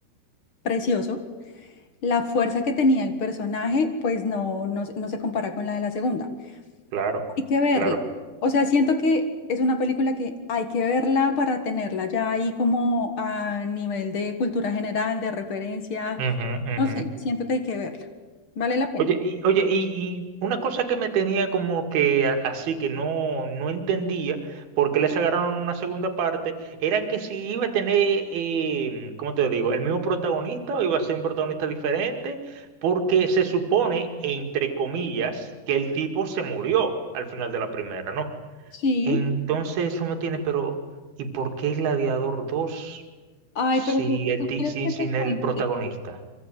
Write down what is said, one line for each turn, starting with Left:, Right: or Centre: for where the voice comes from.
Left: precioso, la fuerza que tenía el personaje, pues no, no, se no se compara con la de la segunda.
Right: claro,
Left: Hay que verla.
Right: claro.
Left: O sea, siento que es una película que hay que verla para tenerla ya ahí como a nivel de cultura general, de referencia.
Right: Ujú, ujú.
Left: No sé, siento que hay que verla. Vale la pena.
Right: Oye, y, oye, y, y una cosa que me tenía como que a- así que no, no entendía por qué les agarraron una segunda parte, era que si iba a tener, eh, ¿cómo te digo?, el mismo protagonista o iba a ser un protagonista diferente, porque se supone, entre comillas, que el tipo se murió al final de la primera, ¿no?
Left: Sí.
Right: Entonces eso me tiene, pero ¿y por qué Gladiador 2
Left: Ay,
Right: si
Left: pero tú,
Right: el,
Left: tú
Right: ti-
Left: quieres
Right: si,
Left: que
Right: sin
Left: te cuente.
Right: el protagonista?